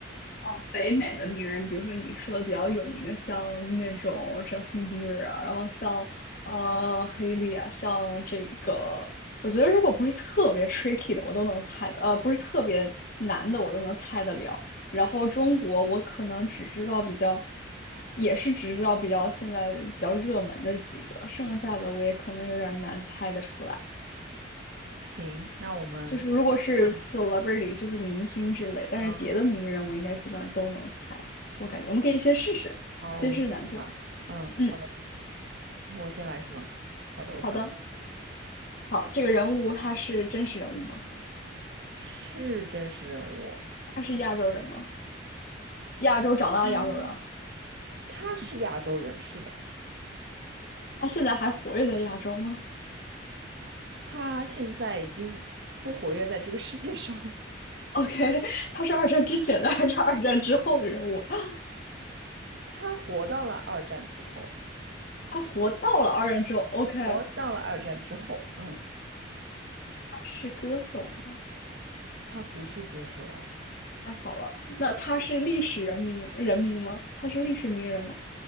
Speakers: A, on the left; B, on the right.
A: 啊，北美的名人，比如说你说的比较有名的，像那种 Justin Bieber 啊，然后像呃黑莉啊，像这个，我觉得如果不是特别 tricky 的，我都能猜的，呃，不是特别难的，我都能猜得了。然后中国，我可能只知道比较，也是只知道比较现在比较热门的几个，剩下的我也可能有点难猜得出来。
B: 行，那我们
A: 就是如果是
B: <laughs> 那么
A: celebrity，就是明星之类，但是别的名人我应该基本上都能猜。
B: 嗯，
A: 我感觉我们可以先试试，
B: 好，我们试试吧。
A: 先试试难度。
B: 嗯，
A: 嗯，
B: 好的，我先来是吧？好的，我想好了，
A: 好的，好，这个人物他是真实人物吗？
B: 是真实人物。
A: 他是亚洲人吗？亚洲长大的亚洲人啊，
B: 嗯。他是亚洲人，是的，
A: 他现在还活跃在亚洲吗
B: 他现在已经不活跃在这个世界上了。
A: ？OK，<laughs> 他是二战之前的还是二战之后的人物啊？
B: 他活到了二战之后，
A: 他活到了二战之后，OK，
B: 活到了二战之后，嗯，
A: 他是歌手吗？
B: 他不是歌手，哎，
A: 太好了，那他是历史人名人名吗？他是历史名人吗？